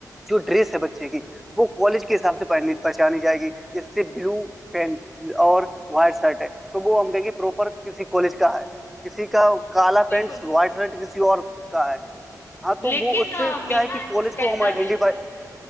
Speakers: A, in the centre; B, on the left (about 35°).
A: जो ड्रेस है बच्चे की वो कॉलेज के हिसाब से पहनी- पहचानी जाएगी जैसे ब्लू पैंट और व्हाइट शर्ट है तो वो हम कहेंगे प्रॉपर किसी कॉलेज का है किसी का काला
B: बिल्कुल
A: पैंट व्हाइट शर्ट किसी और का है हाँ
B: लेकिन
A: तो वो उससे
B: अ,
A: क्या
B: मेरा
A: है कि
B: ऐसा
A: कॉलेज को
B: कहना
A: हम आइडेंटिफाई